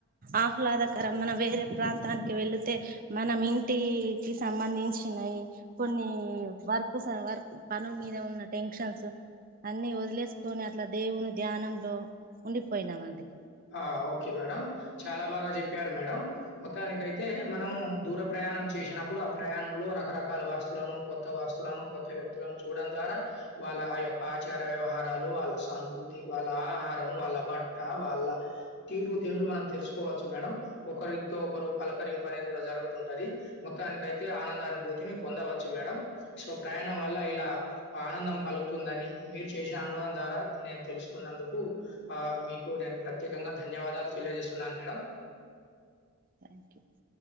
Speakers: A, on the right; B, on the left.
A: ఆహ్లాదకరం మన వేరే ప్రాంత నక్కి వెళ్ళితే మనం ఇంటికి సంబంధించినవి కొన్ని వర్క్ వర్ పనుల మీద ఉన్న టెన్షన్స్ అన్ని వదిలేస్ కొని అట్లా దేవుని ధ్యానంలో ఉండిపోయినామండి
B: ఆ ఓకే మేడం చాలా బాగా చెప్పారు మేడం మొత్తానికయితే మనం దూర ప్రయా ప్రయాణం చేసినప్పుడు ఆ ప్రయాణంలో రకరకాల వస్తువులను కొత్త వస్తువులను కొత్త వ్యక్తులను చూడడం ద్వారా వాళ్ళ ఆ యొక్క ఆచార వ్యవహారాలు వాళ్ళ సంస్కృతి వాళ్ళ ఆహారం వాళ్ళ బట్ట వాళ్ళ తీరు తెనులు మనం తెసుకోవచ్చు మేడం ఒకరిక్తో ఒకరు పలకరింపు అనేది కూడా జరుగుతుంటది. మొత్తానికైతే ఆనందానుభూతిని పొందవచ్చు మేడం సో ప్రయాణం వల్ల ఇలా ఆనందం కలుగుతుందని మీరు చేసిన అనుభవం ద్వారా నేను తెలుసుకున్నందుకు ఆ మీకు నేను ప్ర త్యేకంగా ధన్యవాదాలు తెలియజేస్తున్నాను మేడం
A: థ్యాంక్ యూ